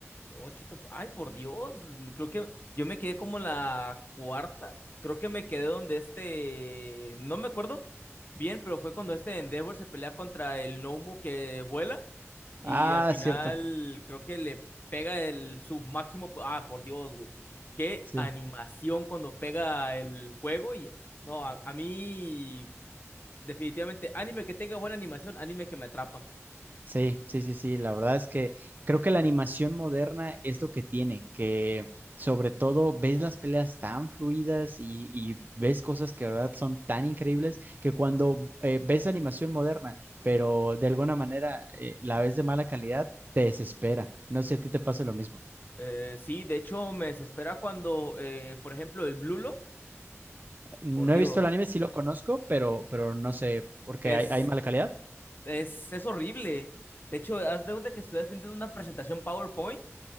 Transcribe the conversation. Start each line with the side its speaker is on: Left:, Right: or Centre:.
Left: Ocho tempo- Ay, por Dios. Creo que yo me quedé como la cuarta. Creo que me quedé donde este... No me acuerdo bien, pero fue cuando este Endeavor se pelea contra el Nomu que vuela. Y
Right: Ah,
Left: al final
Right: cierto.
Left: creo que le pega el su máximo. po- Ah, por Dios, güey. Qué
Right: Sí,
Left: animación cuando pega el fuego. Y no, a, a mí, definitivamente, anime que tenga buena animación, anime que me atrapa.
Right: sí, sí, sí, sí. La verdad es que creo que la animación moderna es lo que tiene, que sobre todo ves las peleas tan fluidas y, y ves cosas que de verdad son tan increíbles que cuando eh, ves animación moderna, pero de alguna manera eh, la ves de mala calidad, te desespera. No sé si a ti te pasa lo mismo.
Left: Eh, sí, de hecho, me desespera cuando, eh, por ejemplo, el Blue Lock,
Right: No
Left: por
Right: he
Left: Dios,
Right: visto el anime, sí lo conozco, pero, pero no sé por qué
Left: es,
Right: hay, hay mala calidad.
Left: es, es horrible. De hecho, haz de cuenta que estuvieras viendo una presentación PowerPoint